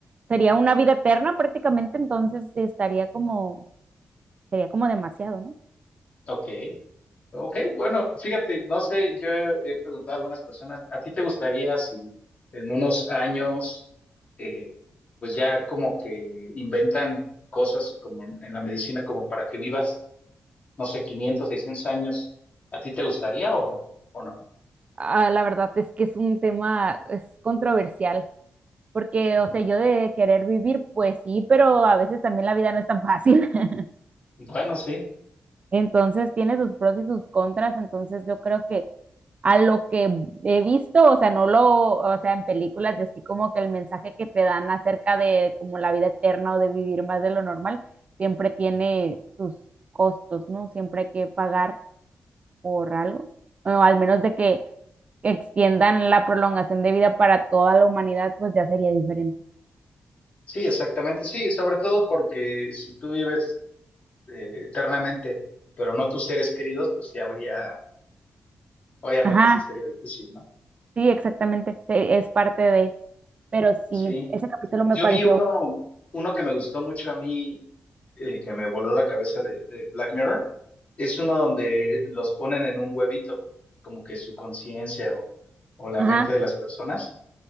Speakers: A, on the right; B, on the left.
A: sería una vida eterna prácticamente, entonces estaría como, sería como demasiado, ¿no?
B: Ok. Ok, bueno, fíjate, no sé, yo he preguntado a algunas personas, ¿a ti te gustaría si en unos años, eh, pues ya como que inventan cosas como en, en la medicina, como para que vivas, no sé, 500, 600 años, ¿a ti te gustaría o, o no?
A: Ah, la verdad es que es un tema, es controversial, porque,
B: <laughs>
A: o sea, yo de querer vivir, pues sí, pero a veces también la vida no es tan fácil. <laughs>
B: Bueno, sí,
A: Entonces tiene sus pros y sus contras, entonces yo creo que a lo que he visto, o sea, no lo, o sea, en películas, así como que el mensaje que te dan acerca de como la vida eterna o de vivir más de lo normal, siempre tiene sus costos, ¿no? Siempre hay que pagar por algo, o al menos de que extiendan la prolongación de vida para toda la humanidad, pues ya sería diferente.
B: sí, exactamente, sí, sobre todo porque si tú vives eh, eternamente, pero no tus seres queridos, pues sí habría, obviamente
A: Ajá,
B: sí sería difícil, ¿no?
A: sí, exactamente, sí, es parte de, pero sí,
B: Sí,
A: ese capítulo me
B: Yo
A: pareció,
B: vi uno, uno que me gustó mucho a mí, eh, que me voló la cabeza de, de Black Mirror. Es uno donde los ponen en un huevito, como que su conciencia o, o la
A: ajá.
B: mente de las personas.